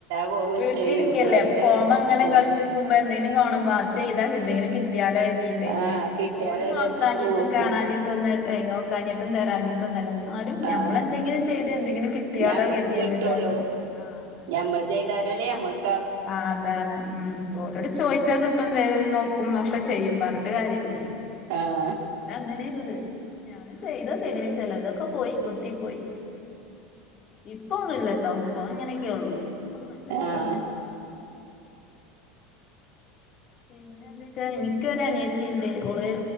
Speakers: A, on the right; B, on the left.
A: പോവും
B: വീട്ടിലിരിക്കല്ലേ
A: ചെയ്യും വെറുതെ
B: അപ്പൊ ഫോണ്മേ ഇങ്ങനെ
A: വെ
B: കളിച്ച്ക്കുമ്പോ എന്തെങ്കിലും കാണുമ്പോ ആ ഇത് ചെയ്താ എന്തെങ്കിലു കി ട്ട്യാലോര്തീട്ടേ
A: ആഹ് കിട്ടിയാലോ
B: ഓല്
A: വിചാരിച്ചിട്ട്
B: നോക്കാഞ്ഞിട്ടും
A: നോക്കും
B: കാണാഞ്ഞിട്ടൊന്ന് അൽ നോക്കാഞ്ഞിട്ടും തരാഞ്ഞിട്ടൊന്നു അല്ല ന്നാലും ഞമ്മളെന്തെങ്കിലും
A: ആഹ്
B: ചെയ്ത് എന് കിട്ട്യാേ
A: ഞമ്മക്ക്
B: അതോ കര്ത്യേന്റെച്ചാലോ
A: കിട്ടുള്ളൂ
B: ആഹ് അതന്നെ
A: ഞമ്മള് ചെയ്താലല്ലേ ഞമ്മക്
B: ആഹ് അതാണ് ഉം ഓലോട് ചോയ്ച്ചാ കിട്ടും തെരും നോക്കും ഒക്കെ ചെയ്യും പറഞ്ഞ്ട്ട് കാര്യല്ലേ
A: ആഹ്
B: അതങ്ങനെ <unintelligible> ഞാൻ ചെയ്തോക്കെയ്തിനീ ചെലതൊക്കെ പോയി പൊട്ടി പോയി ഇപ്പ ഒന്നുല്ലട്ടോ ഇപ്പൊ ഇങ്ങനെയൊക്കെയൊള്ളു ഇപ്പൊന്നും ഇല്ല ഇപ്പൊ
A: ആഹ്
B: പിന്നെ എന്തൊക്കാ എനിക്കൊരു അനിയത്തി ഇണ്ട് ഓള്